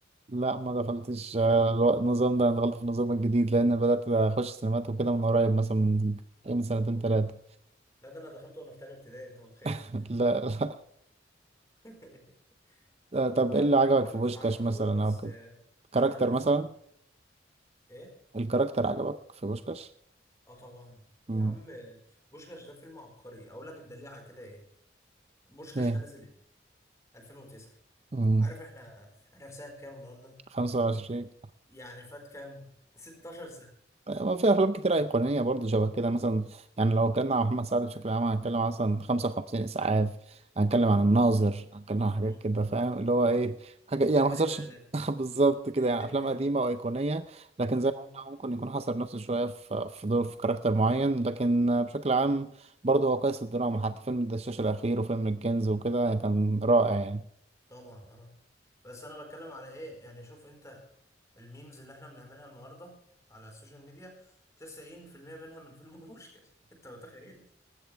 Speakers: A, on the right; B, on the left.
A: لا ما دخلتش آه، الو- النظام ده انا دخلت في النظام الجديد لان بدات اخش سينمات وكده من قريب مثلا من من سنتين
B: مم.
A: ثلاثه
B: لا ده انا دخلته وانا في تانية ابتدائي انت متخيل
A: <laughs> لا,
B: <laughs>
A: لا آه، طب
B: انا
A: ايه اللي
B: بحب
A: عجبك
B: محمد
A: في بوشكاش
B: سعد قوي
A: مثلا
B: بس
A: او كده
B: آه، زنق
A: كاركتر
B: نفسه
A: مثلا
B: في ايه
A: الكاركتر عجبك في بوشكاش
B: اه طبعا يا
A: امم
B: عم آه، بوشكاش ده فيلم عبقري اقول لك الدليل على كده ايه بوشكاش
A: ايه
B: ده نزل امتى 2009
A: امم
B: عارف احنا احنا في سنه كام النهارده
A: 25
B: يعني فات كام 16 سنه
A: ما في افلام كتير ايقونيه برضه شبه كده مثلا يعني لو اتكلمنا عن محمد سعد بشكل عام هنتكلم عن مثلا 55 اسعاف هنتكلم
B: مم.
A: عن الناظر هنتكلم عن حاجات
B: مم.
A: كده فاهم اللي هو ايه حاجه يعني
B: اللي
A: ما
B: بالي
A: حصلش
B: بالك
A: <laughs> بالظبط كده
B: الليمبي
A: يعني افلام قديمه وايقونيه لكن
B: مم.
A: زي ما قلنا هو ممكن يكون حصر نفسه شويه في في دور في كاركتر معين لكن بشكل عام برضه هو قيس الدراما حتى فيلم الدشاش الاخير وفيلم الكنز وكده كان
B: مم.
A: رائع يعني
B: طبعا اه بس انا بتكلم على ايه يعني شوف انت الميمز اللي احنا بنعملها النهارده على السوشيال ميديا 90% منها من فيلم بوشكاش <laughs> انت متخيل